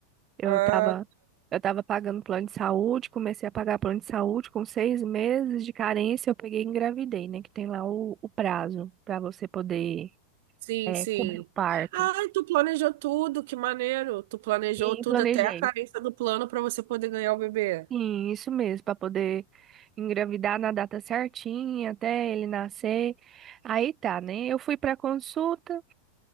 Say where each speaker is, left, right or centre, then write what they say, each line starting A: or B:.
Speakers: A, on the right; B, on the right.
A: Eu
B: ah
A: estava eu tava pagando plano de saúde, comecei a pagar plano de saúde com seis meses de carência, eu peguei e engravidei, né? Que tem lá o, o prazo para você poder
B: Sim,
A: é,
B: sim.
A: cobrir o parto.
B: Ai, tu planejou tudo, que maneiro. Tu planejou
A: E
B: tudo
A: planejei.
B: até a carência do plano para você poder ganhar o bebê.
A: Sim, isso mesmo, para poder engravidar na data certinha, até ele nascer. Aí tá, né? Eu fui para consulta,